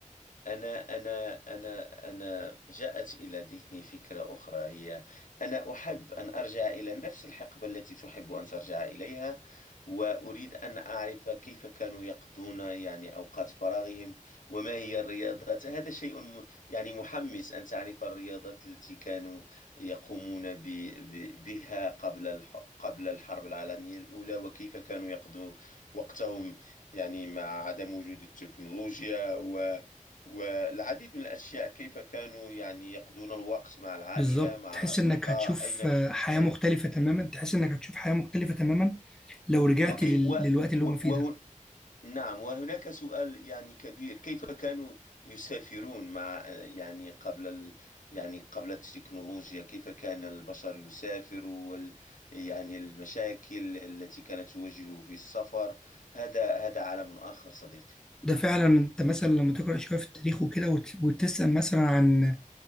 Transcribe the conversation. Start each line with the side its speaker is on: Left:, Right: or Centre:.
Left: أنا أنا أنا أنا جاءت إلى ذهني فكرة أخرى هي أنا أحب أن أرجع إلى نفس الحقبة التي تحب أن ترجع إليها وأريد أن أعرف كيف كانوا يقضون يعني أوقات فراغهم وما هي الرياضات هذا شيء م- يعني محمس أن تعرف الرياضات التي كانوا يقومون ب ب بها قبل الح قبل الحرب العالمية الأولى وكيف كانوا يقضوا وقتهم يعني مع عدم وجود التكنولوجيا والعديد من الأشياء كيف كانوا يعني يقضون الوقت مع العائلة
Centre: بالظبط
Left: مع
Centre: تحس
Left: الأصدقاء
Centre: انك هتشوف
Left: أين
Centre: آه،
Left: ك-
Centre: حياة
Left: نعم
Centre: مختلفة تماما تحس انك هتشوف حياة مختلفة تماما لو رجعت
Left: وكي
Centre: لل...
Left: و...
Centre: للوقت اللي
Left: و...
Centre: هم فيه
Left: وه...
Centre: ده
Left: نعم وهناك سؤال يعني كبير كيف كانوا يسافرون مع يعني قبل ال... يعني قبل التكنولوجيا كيف كان البشر يسافر وال... يعني المشاكل التي كانت تواجهه في السفر هذا هذا عالم آخر صديقي
Centre: ده فعلا انت مثلا لما تقرأ شوية في التاريخ وكده وت... وتسأل مثلا عن